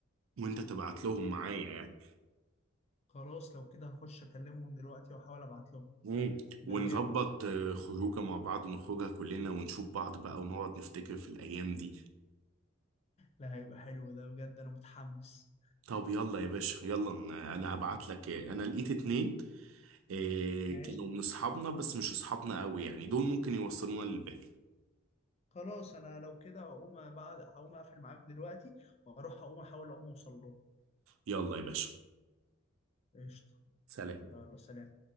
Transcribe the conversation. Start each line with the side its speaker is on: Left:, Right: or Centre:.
Right: وانت تبعت لهم معايا يعني
Left: خلاص لو كده هخش أكلمهم دلوقتي وأحاول أبعت لهم
Right: مم.
Left: يبقى
Right: ونظبط
Left: جامد ده
Right: آه، خروجه مع بعض نخرجها كلنا ونشوف بعض بقى ونقعد نفتكر في الايام دي
Left: لا هيبقى حلو ده بجد أنا متحمس
Right: طب يلا يا باشا يلا انا أنا هبعت لك آه، انا لقيت اتنين إيه
Left: ماشي
Right: كانوا من اصحابنا بس مش اصحابنا قوي يعني دول ممكن يوصلونا للباقي
Left: خلاص انا لو كده هقوم بعد هقوم اقفل معاك دلوقتي واروح اقوم احاول اقوم اوصل له
Right: يلا يا باشا
Left: قشطه
Right: سلام
Left: يلا سلام